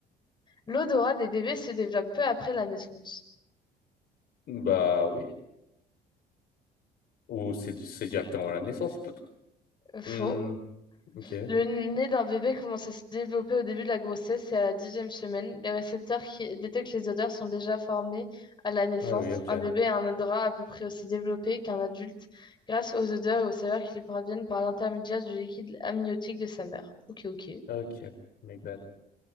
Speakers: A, on the left; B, on the left.
A: L'odorat des bébés se développe peu après la naissance.
B: Bah oui. Ou c'est di- c'est directement à la naissance. peut-
A: Faux.
B: Hmm, ok.
A: Le nez d'un bébé commence à se développer au début de la grossesse et à la dixième semaine. Les récepteurs qui détectent les odeurs sont déjà formés à la naissance.
B: Ah oui, ok.
A: Un bébé a un odorat à peu près aussi développé qu'un adulte grâce aux odeurs et aux saveurs qui lui parviennent par l'intermédiaire du liquide amniotique de sa mère. Ok, ok.
B: Ok. My bad.